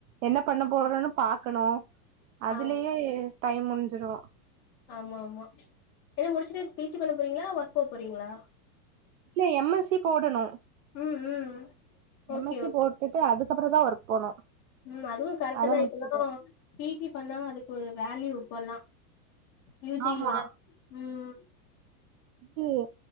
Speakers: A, on the right; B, on the left.
A: என்ன பண்ண போறோன்னனு பாக்கணு அதுலயே
B: ஆம்
A: டைம் முட்ஞ்சிரு
B: ஆமா ஆமா, என்ன முடிச்சுட்டு பீ ஜி பண்ண போறீங்களா வொர்க் போ போறீங்களா
A: இ எம் எஸ் சி போடணு
B: ம், ம் okay
A: M S C
B: okay
A: போட்டுட்டு அதுக்கு அப்றோந்தா ஒர்க் போனு
B: ம் அதுவு கரெக்ட்தா
A: அத முடிச்சுட்டு
B: இப்பல்லா பீ ஜி பண்ணா அதுக்கு வேல்யூ இப்பல்லா யூ ஜியோட,
A: ஆமா
B: ம்
A: இது